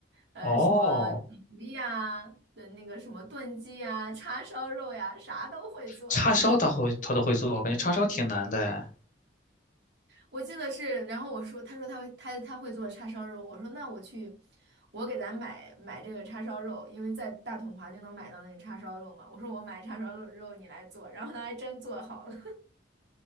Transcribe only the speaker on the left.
哦，
叉烧他会他都会做，
我感觉叉烧挺难的哎。